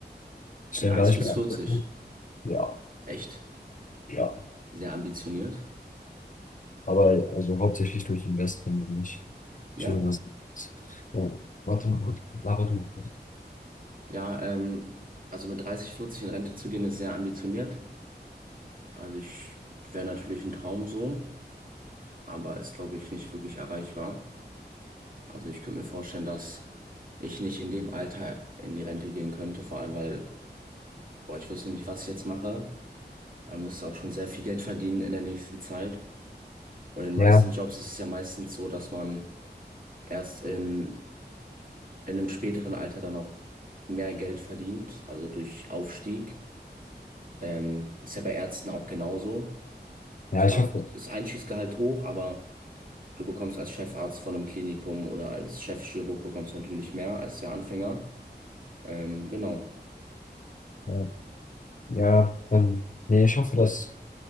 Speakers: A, on the left; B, on the right.
A: Ich denke
B: 30
A: gar nicht
B: bis
A: mehr
B: 40.
A: an. Ja,
B: Echt
A: ja.
B: sehr ambitioniert.
A: Aber also hauptsächlich durch Investment und nicht
B: Ja?
A: durch irgendwas. anderes. Ja. Warte mal, gut. Laber du.
B: Ja, ähm, also mit 30, 40 in Rente zu gehen, ist sehr ambitioniert. Also ich wäre natürlich ein Traum so, aber ist, glaube ich, nicht wirklich erreichbar. Also ich könnte mir vorstellen, dass ich nicht in dem Alter in die Rente gehen könnte, vor allem weil, boah, ich wüsste nicht, was ich jetzt mache. Man müsste auch schon sehr viel Geld verdienen in der nächsten Zeit. Und in den
A: Ja,
B: meisten Jobs ist es ja meistens so, dass man erst in, in einem späteren Alter dann auch mehr Geld verdient, also durch Aufstieg. Ähm, ist ja bei Ärzten auch genauso.
A: ja,
B: Zwar
A: ich hoffe.
B: ist Einstiegsgehalt hoch, aber Du bekommst als Chefarzt von einem Klinikum oder als Chefchirurg bekommst du natürlich mehr als der Anfänger. Ähm, genau.
A: Ja. Ja, ähm, nee, ich hoffe, das